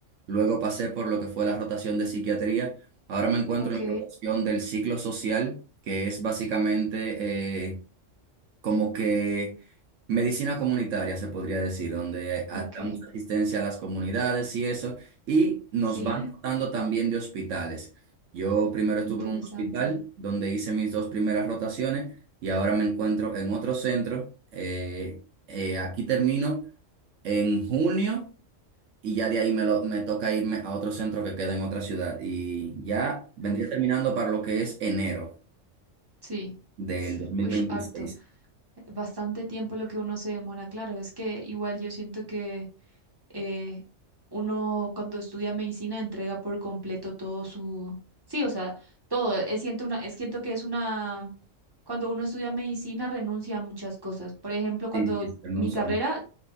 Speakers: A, on the right; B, on the right.
A: luego pasé por lo que fue la rotación de psiquiatría. Ahora me encuentro
B: ok,
A: en la rotación del ciclo social, que es básicamente eh, como que medicina comunitaria, se podría decir, donde a-
B: ok,
A: Ok. damos asistencia a las comunidades y eso, y nos
B: sí,
A: van rotando también de hospitales. Yo primero estuve
B: interesante.
A: en un hospital donde hice mis dos primeras rotaciones y ahora me encuentro en otro centro. Eh, eh, aquí termino en junio y ya de ahí me, lo, me toca irme a otro centro que queda en otra ciudad y ya vendría
B: Uf,
A: terminando para lo que es enero
B: sí,
A: del dos mil
B: uy,
A: veintiséis
B: harto. bastante tiempo lo que uno se demora, claro, es que igual yo siento que eh, uno cuando estudia medicina entrega por completo todo su, sí, o sea, todo, es, siento una, es, siento que es una, cuando uno estudia medicina renuncia a muchas cosas, por ejemplo, cuando
A: Sí, sí, se pronuncia
B: mi carrera